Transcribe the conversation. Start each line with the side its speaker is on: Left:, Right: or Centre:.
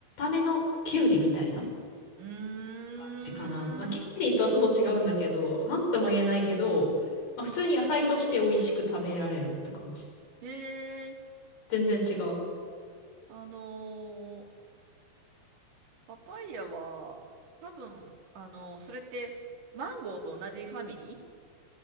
Left: めのキュウリみたいな
Right: うーん。
Left: 感じかな。まあ、キュウリとはちょっと違うんだけど、なんとも言えないけど、まあ、普通に野菜として美味しく食べられるって感じ。
Right: えー、
Left: 全然違う。
Right: あのーパパイヤは、多分、あの、それって、マンゴーと同じファミリ